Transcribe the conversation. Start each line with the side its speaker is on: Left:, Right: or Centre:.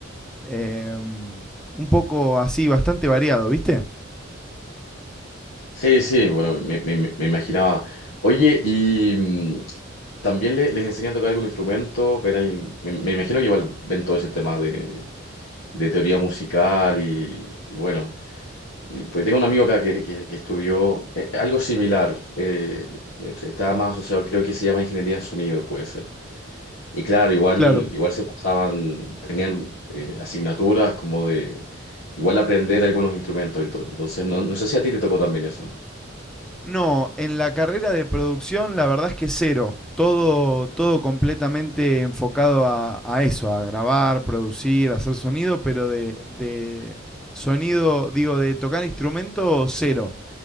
Centre: eh, un poco así, bastante variado, ¿viste?
Left: Sí, sí, bueno, me, me- me- me imaginaba. Oye, y mm, también le- les enseñan a tocar algún instrumento, ven el- me, me imagino que igual ven todo ese tema de, de teoría musical y, y bueno. Y, Pues tengo un amigo acá que, que- que estudió eh, algo similar. eh, estaba más asociado, creo que se llama ingeniería en sonido, puede ser. Y claro, igual,
Centre: Claro.
Left: igual se pasaban, tenían eh, asignaturas como de igual aprender algunos instrumentos y todo. Entonces, no, no sé si a ti te tocó también eso.
Centre: No, en la carrera de producción la verdad es que cero. Todo, todo completamente enfocado a, a eso, a grabar, producir, hacer sonido, pero de, de sonido, digo, de tocar instrumento, cero.